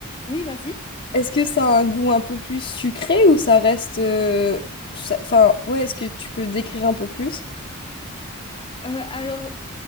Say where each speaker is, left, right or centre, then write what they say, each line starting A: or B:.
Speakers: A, on the left; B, on the left.
A: oui, vas-y.
B: est-ce que ça a un goût un peu plus sucré ou ça reste... euh, ça- Enfin, ouais, est-ce que tu peux décrire un peu plus?
A: Euh, alors,